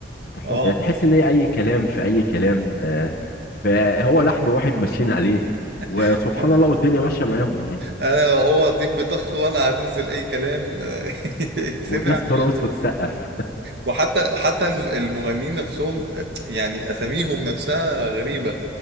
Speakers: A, on the left (about 50°); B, on the right (about 55°).
A: تح-
B: آه
A: آه، تحس ان هي اي كلام في اي كلام آه، فهو لحن واحد ماشيين عليه وسبحان
B: <laughs>
A: الله والدنيا ماشيه معاهم يعني
B: أنا هو ديب بطخ وأنا هنزل أي كلام آه، <laughs> يتسمع
A: والناس ترقص وتسقف
B: وحتى حتى الم- المغنيين نفسهم يعني اساميهم نفسها غريبة